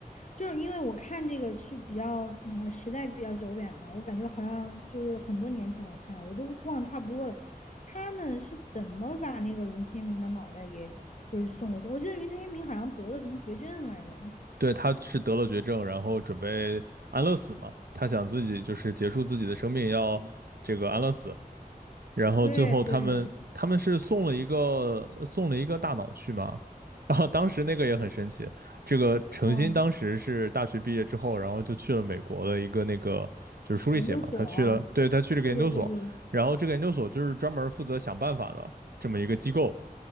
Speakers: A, on the left (about 50°); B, on the right (about 80°).
A: 就是因为我看这个是比较，嗯，时代比较久远了，我感觉好像就是很多年前我看的，我都忘差不多了。他们是怎么把那个云天明的脑袋给就是送过去？我记得云天明好像得了什么绝症来着。
B: 对他是得了绝症，然后准备安乐死嘛，他想自己就是结束自己的生命，要这个安乐死，然后最后他们他们是送了一个送了一个大脑去嘛，
A: 对对，
B: 然后当时那个也很神奇，这个程鑫当时是大学毕业之后，
A: 嗯，
B: 然后就去了美国的一个那个就是书里写嘛，
A: 研究所，
B: 他去了，对，他去了个研究所，
A: 对对对对，
B: 然后这个研究所就是专门负责想办法的这么一个机构，